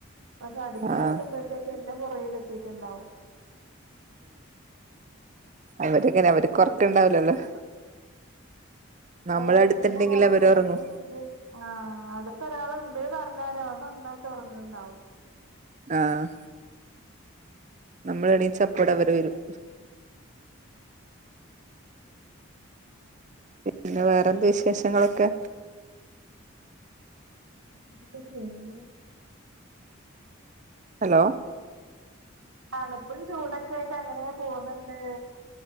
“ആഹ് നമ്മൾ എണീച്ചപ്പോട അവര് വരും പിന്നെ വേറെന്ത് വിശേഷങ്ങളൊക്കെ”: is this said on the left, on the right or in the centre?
Right